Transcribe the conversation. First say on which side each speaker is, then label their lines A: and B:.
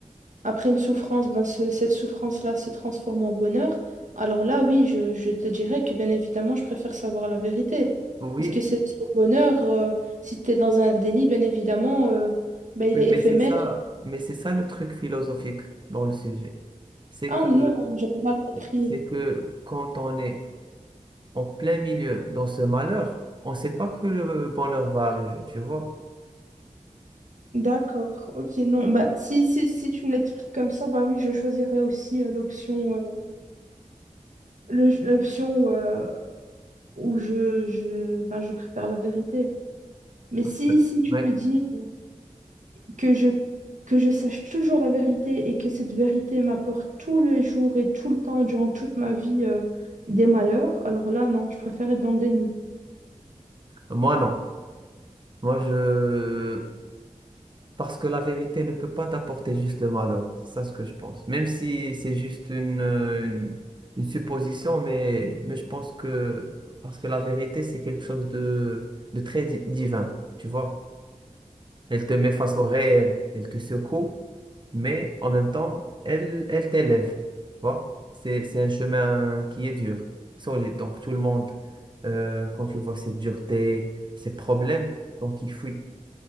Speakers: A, on the right; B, on the right.
A: Après une souffrance, ben ce- cette souffrance-là se transforme en bonheur. Alors là, oui, je, je te dirais que bien évidemment, je préfère savoir la vérité.
B: Oui,
A: Parce que c'est c'est le bonheur, euh, si tu es dans un déni, bien évidemment, euh, ben, il
B: oui,
A: est
B: mais
A: éphémère.
B: c'est ça, mais c'est ça le truc philosophique dans le sujet. C'est
A: Ah
B: que
A: non, j'avais mal compris.
B: c'est que quand on est en plein milieu dans ce malheur, on ne sait pas que le bonheur va arriver, tu vois.
A: D'accord, ok, non, bah si, si, si tu me l'expliques comme ça, bah oui, je choisirais aussi euh, l'option euh, le- l'option euh, où je, je, ben, je préfère la vérité. Mais
B: Parce
A: si,
B: que-
A: si tu
B: ouais,
A: me dis. que je, que je sache toujours la vérité et que cette vérité m'apporte tous les jours et tout le temps, durant toute ma vie, euh, des malheurs, alors là, non, je préfère être dans le déni.
B: moi non. Moi, je, Parce que la vérité ne peut pas t'apporter juste le malheur. C'est ça ce que je pense. Même si c'est juste une, euh, une, une supposition, mais, mais je pense que... Parce que la vérité, c'est quelque chose de, de très di- divin, tu vois. Elle te met face au réel, elle te secoue, mais en même temps, elle, elle t'élève, tu vois. C'est, c'est un chemin qui est dur, solide. Donc tout le monde, euh, quand tu vois cette dureté, ces problèmes, donc il faut,